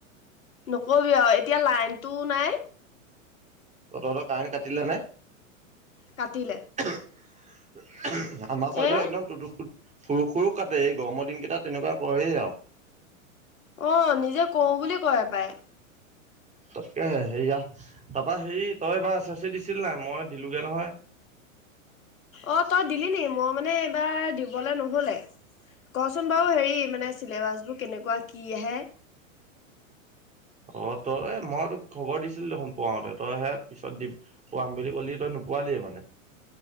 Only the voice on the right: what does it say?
অ' তহঁতৰ কাৰেণ্ট কাটিলে নে?
আমাৰ চাইডেও
একদম টুটুক সুৰুক সুৰুক কাটে। এই গৰমৰ দিনকেইটা তেনেকুৱা কৰেই আও।
তাকে হেইয়া, তাৰপা হেৰি তই এবাৰ এছ এছ চি দিছিল নাই? মই দিলোগে নহয়।
অ' তই মই তোক খবৰ দিছিল দেখোন পোৱাওঁতে, তইহে পিছত দিম পোৱাম বুলি ক'লি, তই নোপোৱালিয়ে মানে?